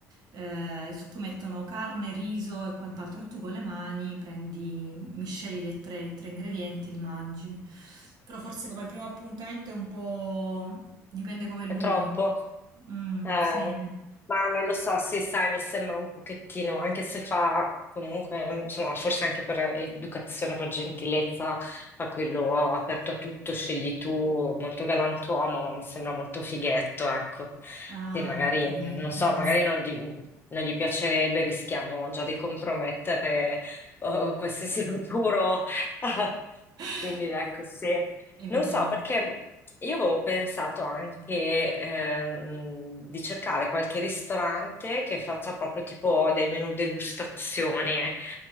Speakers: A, on the right (about 50°); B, on the left (about 25°).
A: eh, su cui mettono carne, riso e quant'altro. E tu con le mani prendi, misceli le tre, i tre ingredienti e li mangi. Però forse come primo appuntamento è un po'... dipende come è
B: è
A: lui.
B: troppo.
A: Mm,
B: Eh,
A: sì.
B: ma non lo so, sì, sai, mi sembra un pochettino, anche se fa comunque, insomma, forse anche per educazione, per gentilezza, fa quello aperto a tutto, scegli tu, molto galantuomo, ma mi sembra molto fighetto, ecco.
A: Ah,
B: Sì, magari,
A: ok.
B: non so,
A: Mm.
B: magari non gli, non gli piacerebbe, rischiamo già di compromettere, oh, qualsiasi futuro. <laughs>
A: <laughs>
B: Quindi ecco, sì.
A: Evitiamo.
B: Non so, perché io avevo pensato anche ehm, di cercare qualche ristorante che faccia proprio tipo dei menù degustazione,